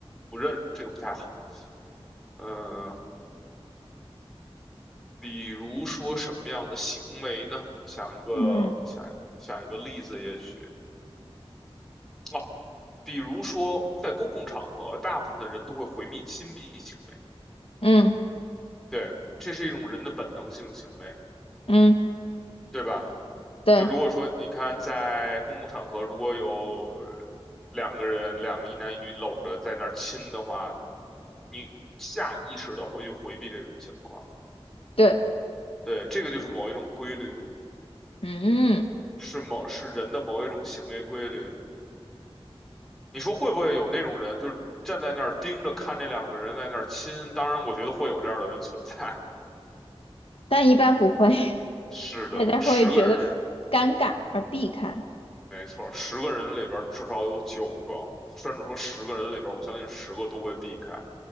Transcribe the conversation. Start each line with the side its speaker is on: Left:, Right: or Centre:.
Centre: 不认，这个不太好。嗯、比如说什么样的行为呢？想一个，
Left: 嗯，
Centre: 想想一个例子，也许哦，比如说在公共场合，大部分的人都会回避亲密行为。
Left: 嗯
Centre: 对，这是一种人的本能性行为，
Left: 嗯，
Centre: 对吧？
Left: 对
Centre: 就如果说你看在公共场合，如果有呃两个人，两个一男一女搂着在那儿亲的话，你下意识的会去回避这种情况。
Left: 对，
Centre: 对，这个就是某一种规律，
Left: 嗯，
Centre: 是某是人的某一种行为规律。你说会不会有那种人，就是站在那儿盯着看这两个人在那儿亲？当然，我觉得会有这样的人存在。
Left: 但一般不会，<laughs>
Centre: <laughs> 是的，
Left: 大家会觉得
Centre: 十个人。
Left: 尴尬而避开。
Centre: 没错，十个人里边儿至少有九个，甚至说十个人里边儿我相信十个都会避开。